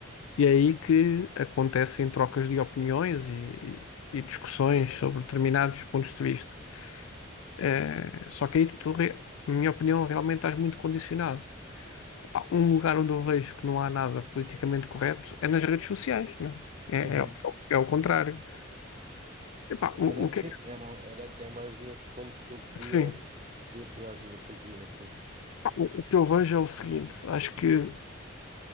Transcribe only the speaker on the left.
E é aí que acontecem trocas de opiniões e, e discussões sobre determinados pontos de vista. Eh, só que aí tu, re- na minha opinião, realmente estás muito condicionado. Pá, um lugar onde eu vejo que não há nada politicamente correto é nas redes sociais, né? É,
é, é é o é o contrário. Epá,
o,
o que, é que-
sim,
pá, o, o que eu vejo é o seguinte: acho que